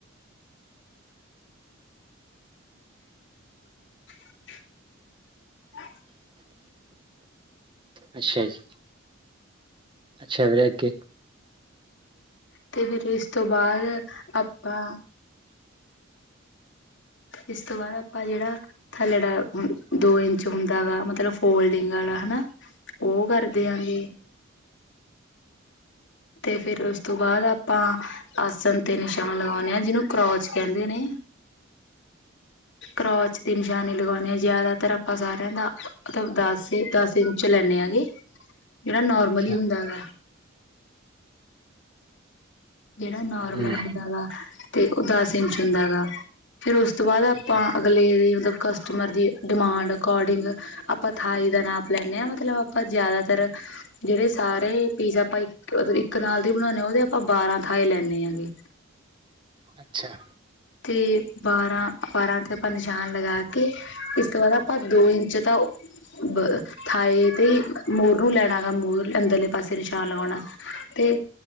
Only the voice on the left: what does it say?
<inaudible>
ਤੇ ਫਿਰ ਇਸ ਤੋਂ ਬਾਦ ਆਪਾਂ ਇਸ ਤੋਂ ਬਾਦ ਆਪਾਂ ਜੇੜਾ ਥੱਲੜਾ ਦੋ ਇੰਚ ਹੁੰਦਾ ਵਾ ਮਤਲਬ ਫੋਲਡਿੰਗ ਆਲਾ ਹਨਾ ਓ ਕਰ ਦਿਆਂਗੇ। ਤੇ ਫਿਰ ਉਸ ਤੋਂ ਬਾਦ ਆਪਾਂ ਆਸਨ ਤੇ ਨਿਸ਼ਾਨ ਲਗਾਉਂਣੇ ਆਂ ਜਿਨੂੰ ਕਰੋਚ ਕੈਂਦੇ ਨੇ। ਕ੍ਰੋਚ ਦੇ ਨਿ ਨਿਸ਼ਾਨੀ ਲਗਾਉਂਣੇ ਹਾਂ ਜਾਦਾਤਰ ਆਪਾਂ ਸਾਰਿਆਂ ਦਾ ਮਤਲਬ ਦਸ ਈ ਦਸ ਇੰਚ ਲੈਂਣੇ ਆਂ ਜੀ। ਜੇੜਾ ਨੋਰਮਲ
ਈ ਹੁੰਦਾ ਹੈਗਾ। ਜੇੜਾ ਨੋਰਮਲ
ਹੁੰਦਾ ਗਾ ਤੇ ਓ ਦਸ
ਇੰਚ ਹੁੰਦਾ ਹੈਗਾ। ਫਿਰ ਉਸ ਤੋਂ ਬਾਦ ਆਪਾਂ
ਅਗਲੇ ਮਤਲਬ ਕਸਟਮਰ ਦੀ ਡਿਮਾਂਡ ਅਕੋਡਿੰਗ ਆਪਾਂ ਥਾਈ ਦਾ ਨਾਪ ਲੈਂਣੇ ਆਂ ਮਤਲਬ ਆਪਾਂ ਜਾਦਾਤਰ ਜੇੜੇ ਸਾਰੇ ਪੀਜ਼ਾ ਆਪਾਂ ਇੱਕ ਨਾਲ ਦੀ ਬਣਾਉਂਣੇ ਆਂ ਉਦੇ ਆਪਾਂ ਬਾਰਾਂ ਥਾਏ ਲੈਂਣੇ ਹੈਗੇ।
ਤੇ ਬਾਰਾਂ-ਬਾਰਾਂ ਤੇ ਆਪਾਂ ਨਿਸ਼ਾਨ ਲਗਾ ਕੇ ਇਸ ਤੋਂ ਬਾਦ ਆਪਾਂ ਦੋ ਇੰਚ ਤਾਂ ਬ ਥਾਏ ਤੇ ਮੋਰ ਨੂੰ ਲੈਣਾ ਗਾ ਮੋਰ ਅੰਦਰਲੇ ਪਾਸੇ ਨਿਸ਼ਾਨ ਲਗਾਉਣਾ ਤੇ